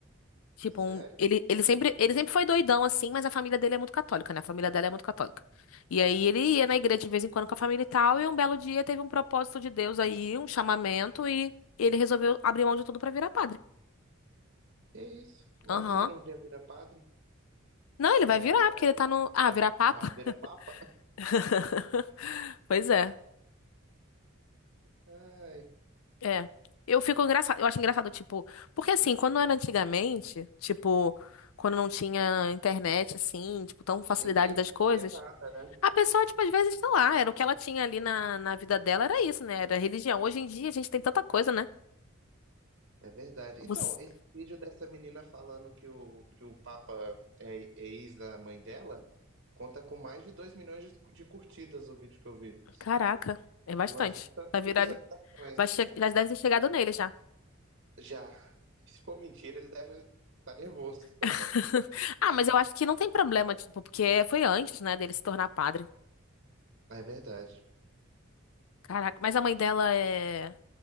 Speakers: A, on the left (about 85°); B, on the right (about 55°).
A: Tipo,
B: Sério?
A: um- ele, ele sempre, ele sempre foi doidão assim, mas a família dele é muito católica, né? A família dela é muito católica. E aí ele ia na igreja de vez em quando com a família e tal, e um belo dia teve um propósito de Deus aí, um chamamento, e ele resolveu abrir mão de tudo pra virar padre.
B: Que isso? Imagina
A: Aham.
B: ele um dia vira padre,
A: Não, ele vai
B: né?
A: virar,
B: Vira,
A: porque ele tá no. Ah,
B: vira,
A: virar papa?
B: não, vira papa.
A: <laughs> Pois é.
B: Ai.
A: É. Eu fico engraçado, eu acho engraçado, tipo, porque assim, quando era antigamente, tipo, quando não tinha internet, assim, tipo, tão facilidade
B: Ninguém
A: das
B: descobria
A: coisas.
B: nada, né?
A: A pessoa, tipo, às vezes, sei lá, era o que ela tinha ali na, na vida dela, era isso, né? Era religião. Hoje em dia a gente tem tanta coisa, né?
B: É verdade. Então,
A: Você-
B: esse vídeo dessa menina falando que o, que o Papa é é ex da mãe dela conta com mais de 2 milhões de, de curtidas o vídeo que eu vi.
A: Caraca, é bastante.
B: Imagina o tanto
A: Tá
B: de
A: virali...
B: visualizações.
A: Vai che... Já deve ter chegado nele já.
B: Já. Se for mentira, ele deve estar nervoso, coitado.
A: <laughs> Ah, mas eu acho que não tem problema, tipo, porque foi antes, né, dele se tornar padre.
B: É verdade.
A: Caraca, mas a mãe dela é